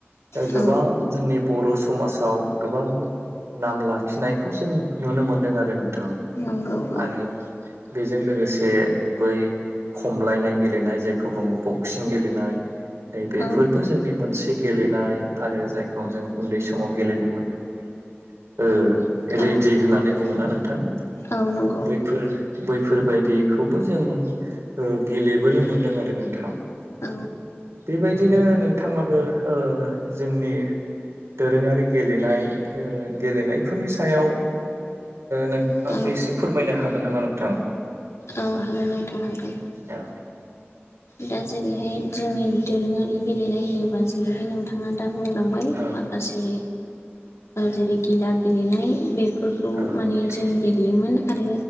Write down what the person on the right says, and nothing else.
गोबां
जोंनि बर' समाजाव गोबां नाम लाख खिनायखौ जों नुनो मोनदों आरो नोंथां
आरो बेजों लोगोसे बै खमलायनाय गेलेनाय जायखौ बुङो बक्सिं गेलेनाय नै बेफोरबो
जोंनि मोनसे गेलेनाय आरो जायखौ जों उन्दै समाव गेलेनो मोनदों बै
रेडि होननानै बुङोना नोंथां?
बैफोर बैफोरबायदिखौबो जों ओ गेलेबोनो मोनदों आरो नोंथां।
बेबायदिनो नोंथाङाबो ओ जोंनि दोरोङारि गेलेनाय गेलेनाय ओ गेलेनाय फोरनि सायाव नोंथाङाबो
एसे फोरमायनो हागोन नामा नोंथां?
औ
औ
औ
नोंथां